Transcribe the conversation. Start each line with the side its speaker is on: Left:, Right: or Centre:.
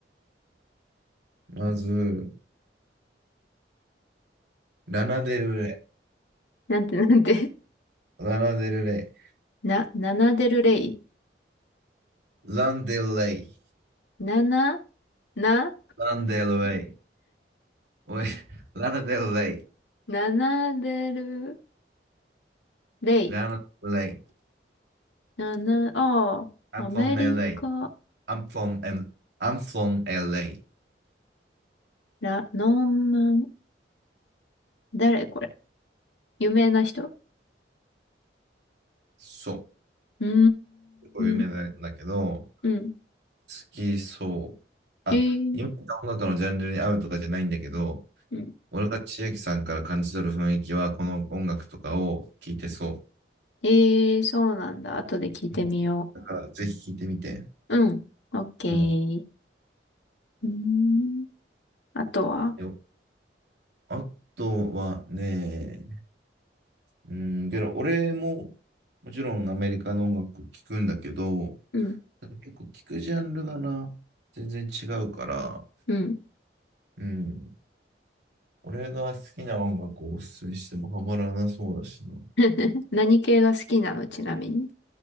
Right: まず、ラナデルレ
Left: なんて、なんて。
Right: イ、ラナデルレ
Left: な、ナナデルレイ。
Right: イ、ランデルレイ、
Left: ナナ、な、
Right: ランデルレイ、おい、ラナデルレイ、
Left: ナナデルレイ。
Right: ラナデルレイ、
Left: ナナ、ああ。
Right: I'm
Left: アメリカ、
Right: from LA, I'm from, I'm from LA.
Left: ラ、ノーマン、誰これ有名な人
Right: そ
Left: うー
Right: う、こういう名前だけど、
Left: ん、
Right: 好
Left: うん。
Right: きそう。あ、
Left: えー、
Right: 今言った音楽のジャンルに合うとかじゃないんだけど、
Left: うん。
Right: 俺が千秋さんから感じ取る雰囲気は、この音楽とかを聴いてそ
Left: えー、そうなんだ。後で聞いてみよ
Right: う。うんだから、ぜひ聴いてみて。
Left: う。うん。オッケー。
Right: うん。
Left: うーん。あとは
Right: よあとはね、うん、けど、俺も、もちろんアメリカの音楽聴くんだけど、
Left: うん、
Right: 結構聴くジャンルがな、全然違うから、
Left: うん。
Right: うん。俺が好きな音楽をおすすめしてもハマらなそうだしな。
Left: <laughs> 何系が好きなのちなみに。